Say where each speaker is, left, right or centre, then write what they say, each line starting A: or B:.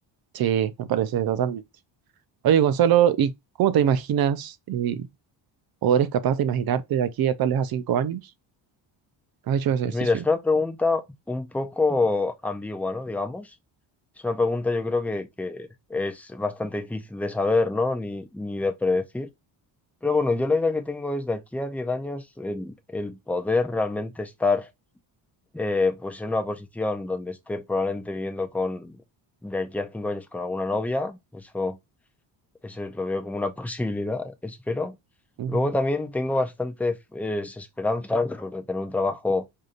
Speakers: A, on the right; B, in the centre.
A: Sí, me parece totalmente. Oye, Gonzalo, ¿y cómo te imaginas eh, o eres capaz de imaginarte de aquí a tal vez a cinco años? ¿Has hecho ese ejercicio?
B: Pues mira, es una pregunta un poco ambigua, ¿no? Digamos. Es una pregunta yo creo que, que es bastante difícil de saber, ¿no? Ni, ni de predecir. Pero bueno, yo la idea que tengo es de aquí a 10 años el, el poder realmente estar eh, pues en una posición donde esté probablemente viviendo con, de aquí a 5 años con alguna novia. Eso Eso lo veo como una <laughs> posibilidad, espero.
A: Ujú,
B: Luego también tengo bastantes eh, esperanzas pues, de tener un trabajo,